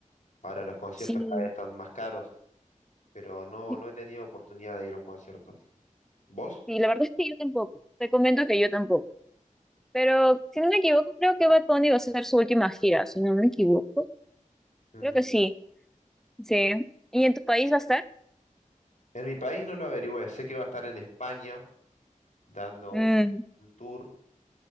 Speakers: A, on the left; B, in the centre.
A: ahora los conciertos
B: sí.
A: cada vez están más caros, pero no,
B: Sí,
A: no he tenido oportunidad de ir a un concierto. ¿Vos?
B: la verdad es que yo tampoco. Te comento que yo tampoco. Pero si no me equivoco, creo que Bad Bunny va a hacer su última gira, si no me equivoco.
A: Ujú.
B: Creo que sí, sí. ¿Y en tu país va a estar?
A: En mi país no lo averigüé, sé que va a estar en España dando
B: Mm.
A: un, un tour,